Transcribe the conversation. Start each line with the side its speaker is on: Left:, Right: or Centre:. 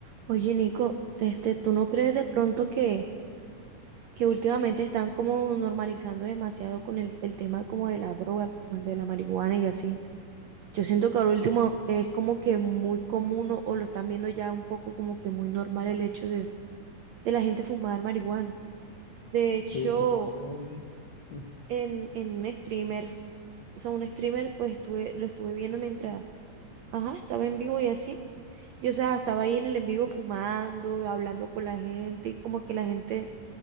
Right: Oye, Nico, este, ¿tú no crees de pronto que, que últimamente están como normalizando demasiado con el, el tema como de la droga, como el de la marihuana y así? Yo siento que ahora último es como que muy común o, o lo están viendo ya un poco como que muy normal el hecho de, de la gente fumar marihuana. De hecho,
Left: Sí, sí, eso es. Mm.
Right: en, en un streamer, o sea, un streamer, pues estuve, lo estuve viendo mientras, ajá, estaba en vivo y así. Y o sea, estaba ahí en el en vivo fumando, hablando con la gente, y como que la gente